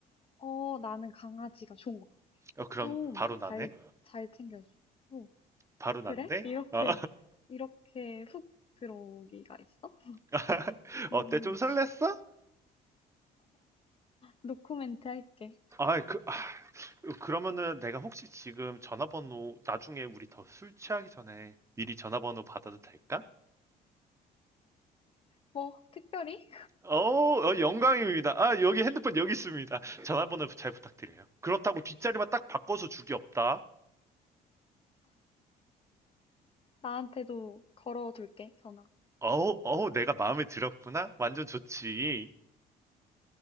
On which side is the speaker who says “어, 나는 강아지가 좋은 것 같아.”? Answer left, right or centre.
Left